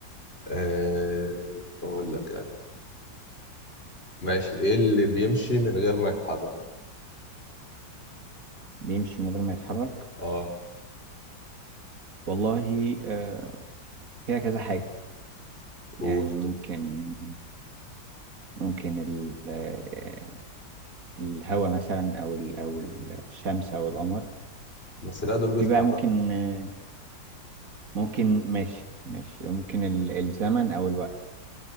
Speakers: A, on the left (about 30°); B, on the right (about 45°).
A: آه اقول لك أنا. ماشي ايه اللي بيمشي من غير ما يتحرك
B: بيمشي من غير ما يتحرك
A: اه
B: والله آه فيها كذا حاجة
A: قول
B: يعني ممكن
A: كده
B: ممكن ال- آه، الهواء مثلا او ال- او الشمس او القمر
A: بس لا دول بيتحركوا
B: في بقى ممكن آه، ممكن ماشي ماشي ممكن ال- الزمن او الوقت